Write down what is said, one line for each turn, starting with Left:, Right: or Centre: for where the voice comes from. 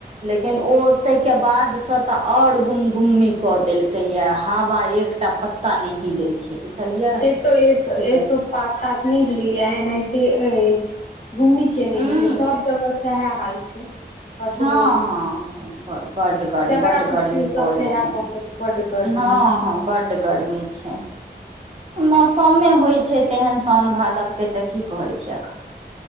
Right: लेकिन ओ ताहि के बाद से तऽ आओर गुमगुमी क देलकै या हवा एकटा पत्ता नहि हिलै छै बुझलियै
Left: एतो
Right: की
Left: एतो एतो
Right: कही
Left: पात तात नहि हिलैया एनाहिते अछि गुमी केने
Right: हूँ
Left: छै सभ जगह सएह हाल छै कतौ
Right: हँ हँ हँ ब बड ग
Left: जकरा
Right: बड
Left: पुछियो
Right: गर्मी
Left: सब
Right: पड़ै
Left: सएह
Right: छै
Left: कहत बड गर्मी
Right: हँ
Left: छै
Right: हँ बड गर्मी छै मौसमे होय छै तेहन साउन भादवके तऽ की कहैत छियै